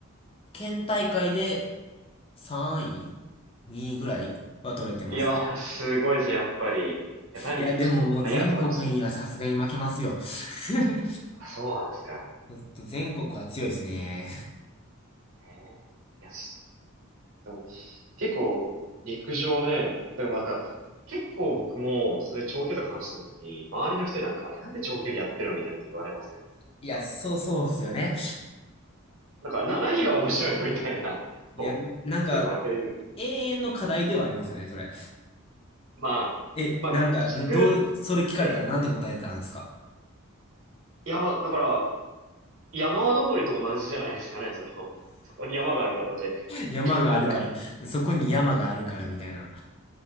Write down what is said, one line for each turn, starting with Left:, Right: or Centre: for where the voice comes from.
Left: 県大会で3位 ?2 位ぐらいは取れてます。
Right: いやー、すごいですね、やっぱり。いや、タイム聞いてちょっと早いなと思いましたもん。
Left: いや、でももう全国にはさすがに負けますよ。<laughs>
Right: あ、そうなんですか。
Left: ちょっと全国は強いですね。
Right: へえ。いや、すでも、結構、陸上ね、だからなんか、結構僕も、そういう長距離とか話した時に、周りの人になんか、えなんで長距離やってるのみたいなこと言われませんなんか、
Left: いや、そうそうっすよね。
Right: なんかな、何が面白いのみたいな、<laughs>
Left: いや、
Right: こう、
Left: なんか、
Right: こと言われるんです。
Left: 永遠の課題ではありますよね、それ。
Right: まあ、
Left: え、
Right: まあ、
Left: なんか、
Right: きつく、
Left: どう、それ聞かれたらなんて答えたんですか
Right: ええ。いや、だから、山登りと同じじゃないですかね、その、そこに山がある形で。
Left: 山があるから、
Right: <laughs> なんか、
Left: そこに山があるからみたいな。